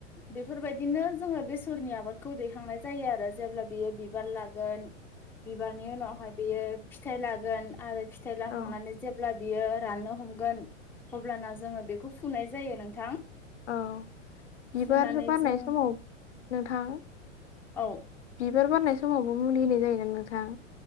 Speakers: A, in the centre; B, on the left.
A: बेफोरबायदिनो जोङो बेसरनि आबादखौ दैखांनाय जायो आरो जेब्ला बियो बिबार लागोन
B: <inaudible>
A: बिबारनि उनावहाय बेयो फिथाइ लागोन आरो फिथाइ लाखांनानै
B: औ
A: जेब्ला बियो राननो हमगोन अब्ला ना जोंङो बेखौ फु फुनाय जायो नोंथां।
B: औ बिबार
A: फुनानै
B: बारनाय
A: जों
B: समाव नोंथां
A: औ
B: बिबार बारनाय समावबो मुलि होनाय जायो ना नोंथां?